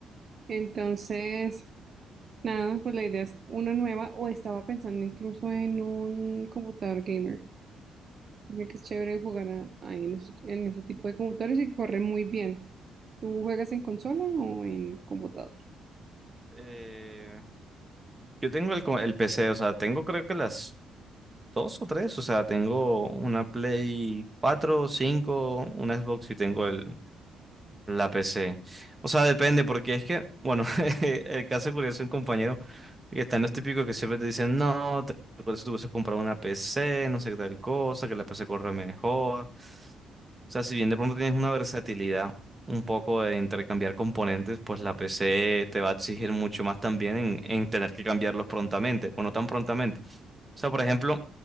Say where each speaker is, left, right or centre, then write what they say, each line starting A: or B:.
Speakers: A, on the right; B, on the right.
A: Entonces, nada, pues la idea es una nueva o estaba pensando incluso en un computador gamer. Dicen que es chévere jugar a- ahí en, esos- en ese tipo de computadores y que corre muy bien. ¿Tú juegas en consola o en computador?
B: Eh, yo tengo el, co- el PC, o sea, tengo creo que las dos o tres, o sea, tengo una Play 4, 5 una Xbox y tengo el, La PC. O sea, depende, porque es que, bueno, <laughs> el caso curioso de un compañero que están los típicos que siempre te dicen, no, te recuerdo si tú hubieses comprado una PC, no sé qué tal cosa, que la PC corre mejor. O sea, si bien de pronto tienes una versatilidad un poco de intercambiar componentes, pues la PC te va a exigir mucho más también en, en tener que cambiarlos prontamente, o no tan prontamente. O sea, por ejemplo,